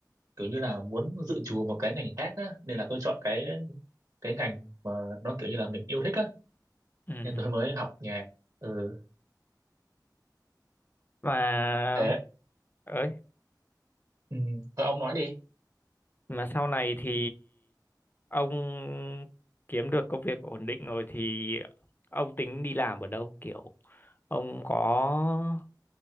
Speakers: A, on the right; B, on the left.
A: kiểu như là muốn dự trù một cái ngành khác á nên là tôi chọn cái cái ngành mà nó kiểu như là mình yêu thích á
B: Ừ.
A: nên tôi mới học nhạc ừ
B: Mà
A: thế
B: ơi,
A: ừ. Thôi ông nói đi
B: mà sau này thì ông kiếm được công việc ổn định rồi thì ông tính đi làm ở đâu? Kiểu ông có